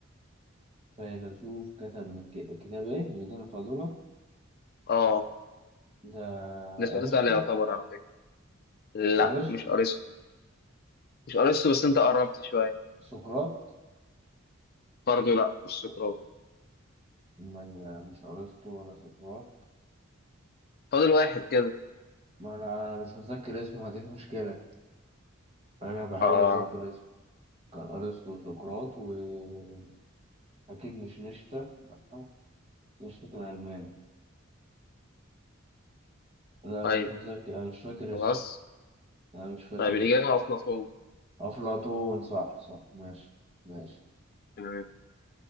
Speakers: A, on the right; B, on the left.
A: فيلسوف كتب من ك- كتاب إيه؟ ميدان الفاضلة
B: اه
A: ده
B: ده سؤال
A: أرسطو
B: سهل يعتبر على فكرة لا
A: أرسطو
B: مش أرسطو مش أرسطو بس أنت قربت شوية
A: سقراط
B: برضه لا مش سقراط
A: ما- مش ارسطو ولا سقراط
B: فاضل واحد كده
A: ما انا مش متذكر اسمه هذه المشكله انا بحاول
B: اه
A: اتذكر اسمه كان ارسطو وسقراط واكيد مش نشتا لأ، نشتا كان الماني لا
B: طيب
A: انا مش متذكر انا مش فاكر
B: خلاص
A: اسمه انا مش فاكر
B: طيب الإجابة
A: اسمه
B: أفلاطون
A: افلاطون صح صح ماشي ماشي
B: تمام